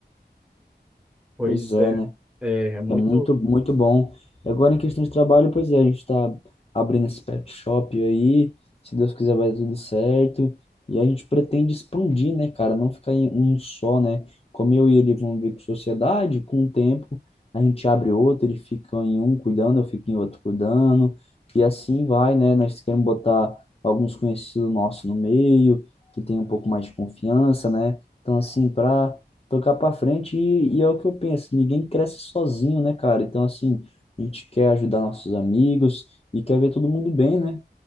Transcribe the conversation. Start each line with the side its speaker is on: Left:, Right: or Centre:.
Centre: Pois
Left: Pois é,
Centre: é,
Left: né?
Centre: é, é muito.
Left: É muito, muito bom. E Agora, em questão de trabalho, pois é, a gente está abrindo esse pet shop aí. Se Deus quiser, vai dar tudo certo. E a gente pretende expandir, né, cara? Não ficar em um só, né? Como eu e ele vão abrir com sociedade, com o tempo a gente abre outro, ele fica em um cuidando, eu fico em outro cuidando. E assim vai, né? Nós queremos botar alguns conhecidos nossos no meio, que tem um pouco mais de confiança, né? Então, assim, para tocar para frente e, e é o que eu penso, ninguém cresce sozinho, né, cara? Então, assim, a gente quer ajudar nossos amigos e quer ver todo mundo bem, né?